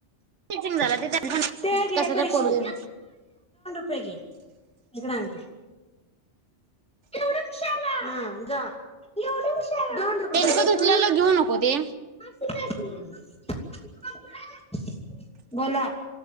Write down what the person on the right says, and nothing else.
<unintelligible>
कस
तर पडू दे.
त्यांचं धुतलेलं घेऊ नको ते